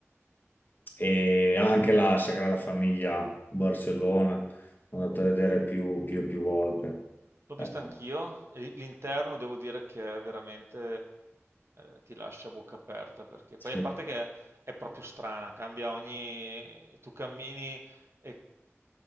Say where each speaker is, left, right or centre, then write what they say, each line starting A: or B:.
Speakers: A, on the left; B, on the right.
A: e anche la Sagrada Famiglia a Barcellona, sono andato a vedere più, più, e più volte.
B: L'ho
A: Eh,
B: vista anch'io, e l'interno devo dire che è veramente eh, ti lascia a bocca aperta perché
A: sì.
B: poi a parte che è proprio strana, cambia ogni... tu cammini e